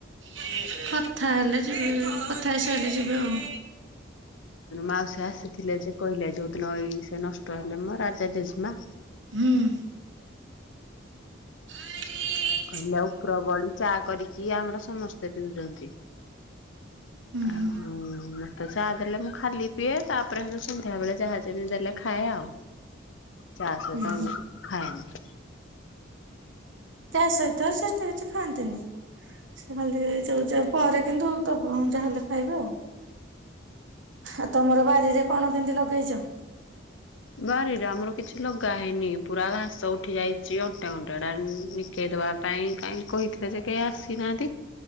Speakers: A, on the right (about 75°); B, on the left (about 85°).
A: <unintelligible> କଥା ହେଲେ ଯିବେ କଥା ହେ ସାରିଲେ ଯିବେ ଆଉ।
B: ମାଉସୀ ଆସିଥିଲେ ଯେ କହିଲେ ଯୋଉଦିନ ଏଇ ସେ ନଷ୍ଟ ହେଲେ ମୋ ରାଜା ଜେଜେମା।
A: ହୁଁ। <unintelligible>
B: କହିଲି ଆଉ ଉପରବଳି ଚା କରିକି ଆମର ସମସ୍ତେ ପିଉଚନ୍ତି।
A: ହୁଁ।
B: ଆ ଓ ଲା। ଚାହା ଦେଲେ ମୁଁ ଖାଲି ପିଏ ତାପରେ ହେ ସନ୍ଧ୍ୟା ବେଳେ ଯାହା ଦେଲେ ଖାଏ ଆଉ। ଚା ସହିତ
A: ହୁଁ।
B: ମୁଁ ଖାଏନି।
A: ତା ସହିତ ସେମିତି କିଛି ଖାଆନ୍ତିନି। ସେ ଖାଲି ଯୋ ଯଉ ପରେ କିନ୍ତୁ ତ ଯାହେଲେ ଖାଇବେ ଆଉ। ହା ତମର ବାରିରେ କଣ କେମିତି ଲଗେଇଛ?
B: ବାରିରେ ଆମର କିଛି ଲଗା ହେଇନି ପୁରା ଘାସ ଉଠି ଯାଇଚି ଅଣ୍ଟା ଗଣ୍ଟା ଡାନି। କେ ଦବା ପାଇଁ କାହିଁ କହିଥିଲେ ଯେ କେହି ଆସିନାହାନ୍ତି।